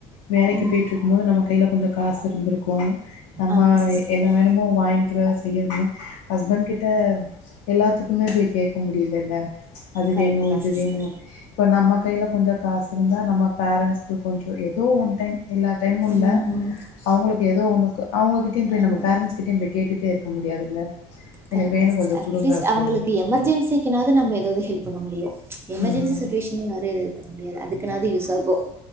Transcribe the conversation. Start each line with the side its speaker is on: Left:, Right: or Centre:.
Left: வேலைக்கு
Right: ம்
Left: போயிட்டு இருக்கும் போது நம்ம கையில கொஞ்சம் காசு இருந்திருக்கும் நம்ம
Right: ஆமாம் சிஸ்டர்
Left: என்ன வேணுமோ வாங்கிக்கிறத செய்யறதுன்னா ஹஸ்பண்ட் கிட் ட் எல்லாத்துக்குமே போய் கேட்க முடியலல்ல ல அது
Right: கரெக்டு
Left: வேணும்
Right: தான்
Left: இது
Right: சிஸ்டர்
Left: வேணும் இப்ப நம்ம கையில கொஞ்சம் காசு இருந்தா நம்ம பேரண்டட்ஸ்க்கு கொஞ்சம் ஏதோ ஒ டைம் இல்லா டைமுும் இல்ல
Right: ம் ம்
Left: அவங்களுக்கு ஏதோ ஒண்ணு அவங்ககிட்டய்
Right: ஆமாம்
Left: நம பேரண்டஸ்்கிட்டய போய் கேட்டுட்டே இரு க்க முடியாதுல்ல
Right: கரெக
Left: எனக்கு வேணும்
Right: தான்
Left: கொஞ்சோ
Right: அட்லீஸ்ங்களுக்கு
Left: குடுங்க அப்டின்னே.
Right: எமர்ஜென்சிாவ நம் ஏதாவதுஹெல்ப் பண்ண முடியும் எமர்ஜென்சி
Left: ம்.
Right: சுச்சுவேஷன்யேதுது ப முடியாது அதுக்குனாவது யூஸ் ஆகும்